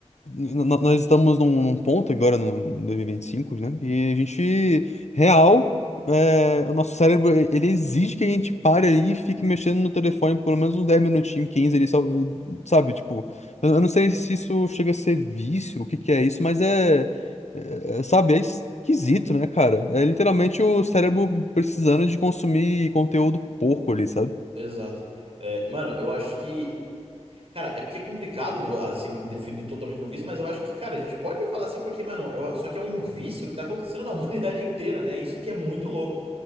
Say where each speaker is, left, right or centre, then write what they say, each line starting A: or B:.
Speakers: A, on the left; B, on the right.
A: n- n- nós estamos num, num ponto agora, no 2025, né? Que a gente, real, é, o nosso cérebro, e- ele exige que a gente pare ali e fique mexendo no telefone pelo menos uns 10 minutinhos, 15, ali, só, sabe? Tipo, eu, eu não sei se isso chega a ser vício, o que que é isso, mas é, é- é, sabe? É esquisito, né, cara? É literalmente o cérebro precisando de consumir conteúdo porco ali, sabe?
B: exato. É, mano, eu acho que. Cara, é porque é complicado, assim, definir totalmente como vício, mas eu acho que, cara, a gente pode falar assim, porque, mano, eu- só que é um vício que tá acontecendo na <laughs> humanidade inteira, né? Isso que é muito louco.